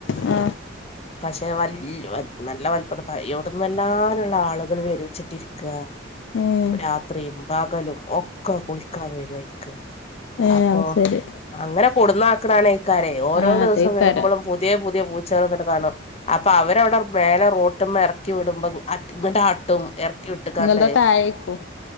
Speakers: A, on the left; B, on the left.
A: ആ
B: പക്ഷ വല്യ നല്ല വൽപ്പണ്ട് എവിടെന്നല്ലാംന്ന്ള്ള ആളുകൾ വരുച്ചിട്ടിരിക്കുക
A: ഏഹ്
B: രാത്രിയും പകലും ഒക്കെ കുളിക്കാൻ വരും അയ്ക്ക്
A: ഏഹ്
B: അപ്പൊ
A: അത് ശരി
B: അങ്ങനെ കൊടുന്ന ആക്കണെക്കാരെ ഓരോ
A: ആ
B: ദിവസം
A: അതെകാരം
B: വരുമ്പോഴും പുതിയ പുതിയ പൂച്ചകൾ ഇങ്ങനെ കാണും അപ്പൊ അവരവിടെ മേെലേ റോഡ് മേൽ ഇറക്കി വിടുമ്പോ അ ട്ടും ഇറക്കി വിട്ട്ക്കാണ്ടേ
A: നിങ്ങൾതാ താഴേക്കും